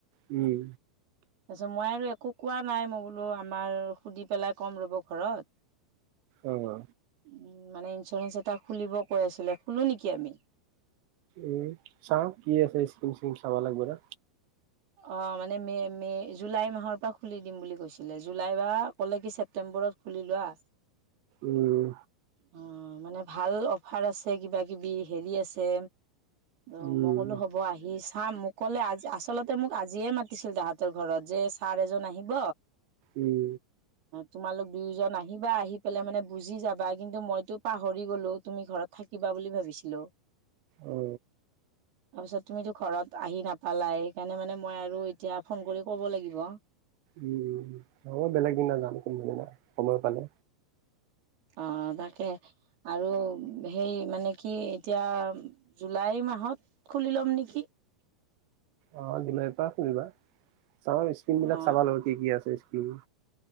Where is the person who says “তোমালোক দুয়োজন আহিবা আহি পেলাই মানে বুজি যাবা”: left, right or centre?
Right